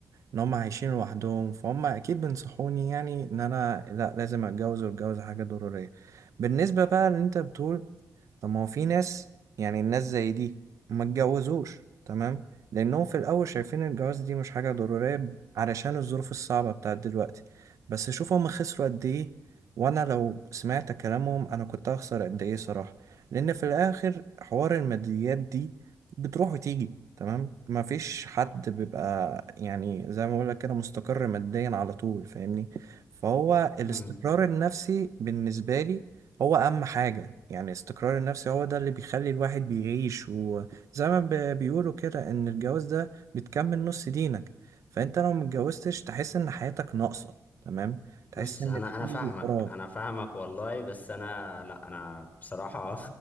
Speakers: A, on the right; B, on the left.
A: ان هم عايشين لوحدهم فهم اكيد بينصحوني يعني ان انا لا لازم اتجوز واتجوز حاجه ضروريه بالنسبه بقى اللي انت بتقول طب ما هو في ناس يعني الناس زي دي ما اتجوزوش تمام لأنهم في الأول شايفين الجواز دي مش حاجة ضرورية علشان الظروف الصعبة بتاعت دلوقتي بس شوف هما خسروا قد إيه وأنا لو سمعت كلامهم أنا كنت هخسر قد إيه صراحة لأن في الآخر حوار الماديات دي بتروح وتيجي تمام مفيش حد بيبقى يعني زي ما بقولك كده مستقر ماديا على طول فاهمني فهو الاستقرار
B: امم
A: النفسي بالنسبة لي هو أهم حاجة يعني استقرار النفسي هو ده اللي بيخلي الواحد بيعيش وزي ما ب- بيقولوا كده إن الجواز ده بتكمل نص دينك فأنت لو متجوزتش تحس إن حياتك ناقصة تمام تحس
B: بص
A: إن
B: انا انا
A: في
B: فاهمك
A: فراغ
B: انا فاهمك والله بس انا لا انا بصراحه